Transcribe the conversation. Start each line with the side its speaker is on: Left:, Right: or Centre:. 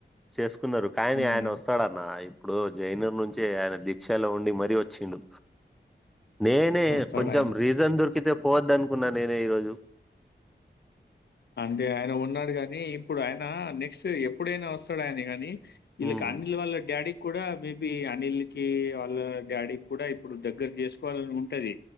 Centre: చేసుకున్నారు కానీ
Left: హ్మ్
Centre: ఆయన వస్తాడున్న ఇప్పుడు జైనర్ నుంచే ఆయన దీక్షలో ఉండి మరీ వచ్చింది నేనే
Left: వస్తాడు
Centre: కొంచెం
Left: ఆయన
Centre: రీజన్ దొరికితే పోవద్ద అనుకున్నా నేనే ఈరోజు
Left: అంటే ఆయన ఉన్నాడు కాగాని ఇప్పుడు ఆయన నెక్స్ట్ ఎప్పుడైనా వస్తాడు ఆయన కాగాని ఇకి
Centre: ఉమ్,
Left: అనిల్ వాళ్ళ డాడీ కూడా మేబి అనిల్ కి వాళ్ళ డాడీ కూడా ఇప్పుడు దగ్గర చేసుకోవాలని ఉంటది